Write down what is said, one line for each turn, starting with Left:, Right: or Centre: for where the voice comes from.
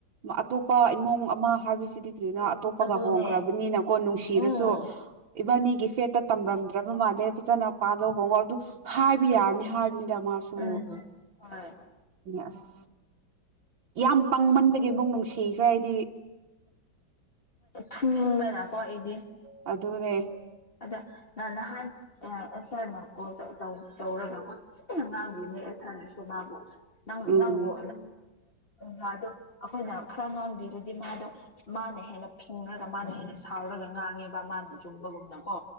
Right: ꯑꯇꯣꯞꯄ ꯏꯃꯨꯡ ꯑꯃ ꯍꯥꯏꯕꯁꯤꯗꯤ ꯀꯅꯣ ꯑꯇꯣꯞꯄꯒ
Left: ꯑꯗꯨꯅꯦ
Right: ꯍꯣꯡꯈ꯭ꯔꯕꯅꯤꯅꯀꯣ ꯅꯨꯡꯁꯤꯔꯁꯨ
Left: ꯎꯝ
Right: ꯏꯕꯥꯅꯤꯒꯤ ꯐꯦꯠꯇ ꯇꯝꯂꯝꯝꯗ꯭ꯔꯕ ꯃꯥꯜꯂꯦ ꯐꯖꯅ ꯄꯥꯜꯂ ꯍ ꯑꯗꯨ ꯍꯥꯏꯕ ꯌꯥꯅꯤ ꯍꯥꯏ ꯃꯥꯁꯨ
Left: ꯎꯝ ꯍꯣꯏ
Right: ꯑꯁ ꯌꯥꯝ ꯄꯥꯡꯃꯟꯕꯒꯤꯕꯨꯨꯛ ꯅꯨꯡꯁꯤꯠ ꯊꯀ꯭ꯔ ꯏꯗꯤ
Left: ꯊꯅꯤꯡꯕ ꯂꯥꯛ ꯀꯣꯗꯤ
Right: ꯑꯗꯨꯅꯦ
Left: ꯑꯗ ꯅꯥꯟ ꯍꯥꯥꯟ ꯁꯔꯀꯣ ꯇꯧ ꯇꯧꯔꯒ ꯀꯣ ꯊꯤꯅ ꯉꯥꯡꯗꯣꯏꯅꯦ ꯁꯥꯔꯅꯁꯨꯣ ꯃꯥꯕꯨ ꯅꯪ
Right: ꯎꯝ
Left: ꯅꯪꯒꯣ ꯒꯥꯥꯗꯣ ꯑꯩꯈꯣꯏꯅ ꯈꯔ ꯉꯥꯡꯕꯤꯔꯗꯤ ꯃꯥꯗꯣ ꯃꯥꯅ ꯍꯦꯟꯅ ꯐꯤꯡꯉꯒ ꯃꯥꯅ ꯍꯦꯟꯅ ꯁꯥꯎꯔꯒ ꯉꯥꯡꯉꯦꯕ ꯃꯥꯅ ꯆꯨꯝꯕꯒꯨꯝꯕ ꯀꯣ